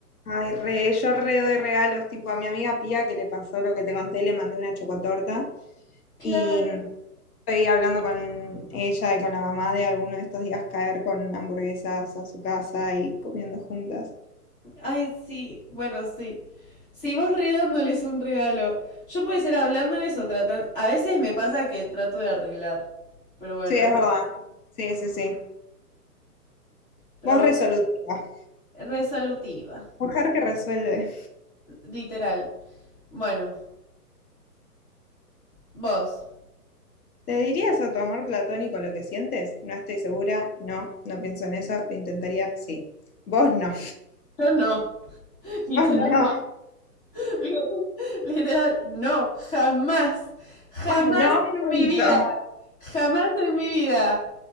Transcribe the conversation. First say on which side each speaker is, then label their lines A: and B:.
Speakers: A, on the left; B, on the left.
A: Ay, re, yo re doy regalos, tipo a mi amiga Pía que le pasó lo que te conté, le mandé una chocotorta y
B: Claro.
A: estoy hablando con ella y con la mamá de alguno de estos días caer con hamburguesas a su casa y comiendo juntas.
B: Ay, sí, bueno, sí. Si vos re dándoles un regalo, yo puede ser hablándoles o tratando... A veces me pasa que trato de arreglar, pero bueno,
A: Sí, es
B: no,
A: verdad. Sí, sí, sí.
B: pero
A: Vos
B: bueno,
A: resolutiva,
B: resolutiva,
A: mujer que resuelve.
B: literal. Bueno, vos,
A: ¿Le dirías a tu amor platónico lo que sientes? No estoy segura, no, no pienso en eso, lo intentaría, sí. Vos no,
B: yo no, <laughs> literal
A: vos no,
B: no, <laughs> literal no, jamás, jamás
A: vos no,
B: en
A: punto.
B: mi vida, jamás en mi vida.